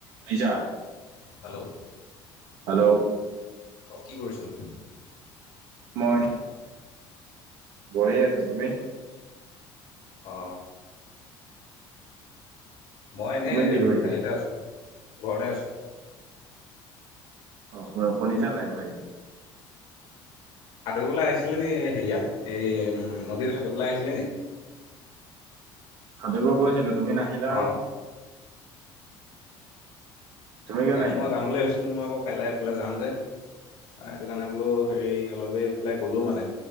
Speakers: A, on the right; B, on the left.
A: ভিজা।
B: Hello.
A: Hello.
B: অঁ কি কৰিছ?
A: মই বহি আছো তুমি?
B: অ। মই এনেই
A: তুমি কি কৰিছা
B: হেৰিতে আছো ঘৰতে আছো।
A: অ শু শুনিছা নাই কথা কিটা?
B: সাঁতুৰিবলৈ আহিছিলি নি হেইয়া এ উম নদীত সাঁতুৰিবলৈ আহিছিলি নি?
A: সাতুইব গৈছিলো তুমি নাহিলা
B: অঁ
A: আৰু। তুমি
B: তাকে
A: কিয় নাহিলা
B: মই যাম বুলি ভাবিছিলো। মই আকৌ কাইলে এইফালে যাম যে, সেইটো কাৰণে বোলো হেৰি অলপ এইফালে গ'লো মানে।